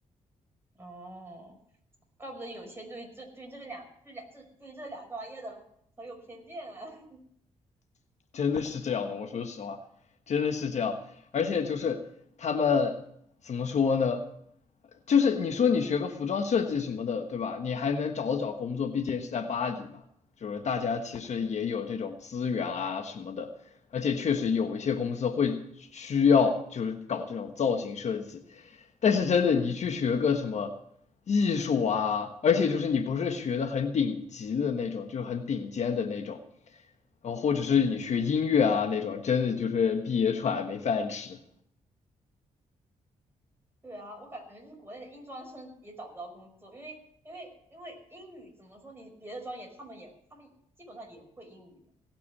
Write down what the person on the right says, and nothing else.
哦，怪不得有些对这对这两对两这对这两专业的很有偏见啊。<laughs>
嗯
嗯，
对啊，我感觉就是国内的英专生也找不到工作，因为因为因为英语怎么说，你别的专业他们也他们基本上也会英语，